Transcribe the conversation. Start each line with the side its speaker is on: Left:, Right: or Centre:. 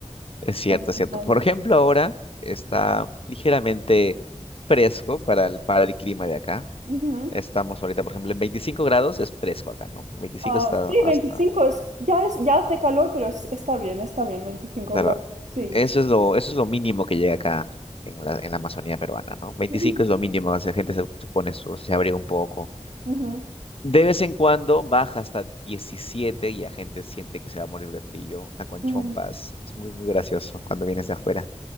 Left: Es cierto,
Right: más
Left: es
Right: normales.
Left: cierto. Por ejemplo, ahora está ligeramente fresco para el, para el clima de acá.
Right: Ujú.
Left: Estamos ahorita, por ejemplo, en 25 grados es fresco acá, ¿no? 25
Right: Ah,
Left: está
Right: sí,
Left: hasta,
Right: 25 es, ya es, ya hace calor, pero es- está bien, está bien, 25
Left: claro,
Right: grados. Sí.
Left: eso es lo, eso es lo mínimo que llega acá en la, en la Amazonía peruana, ¿no? 25
Right: Ujú,
Left: es lo mínimo, o sea, la gente se, se pone su, se abriga un poco.
Right: ujú,
Left: De vez en cuando baja hasta 17 y la gente siente que se va a morir de frío, están con
Right: ujú.
Left: chompas. Es muy, muy gracioso cuando vienes de afuera.